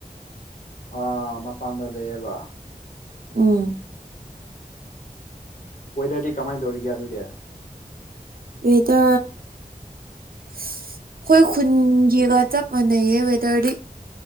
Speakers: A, on the left (about 60°); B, on the right (about 80°).
A: ꯑ ꯃꯄꯥꯟꯗ ꯂꯩꯌꯦꯕ
B: ꯎꯝ
A: ꯋꯦꯗꯔꯗꯤ ꯀꯃꯥꯏꯅ ꯇꯧꯔꯤꯒꯦ ꯑꯗꯨꯗꯤ
B: ꯑꯩꯗ ꯑꯩꯈꯣꯏ ꯈꯨꯟꯒꯤꯒ ꯆꯞ ꯃꯥꯟꯅꯩꯌꯦ ꯋꯦꯗꯔꯗꯤ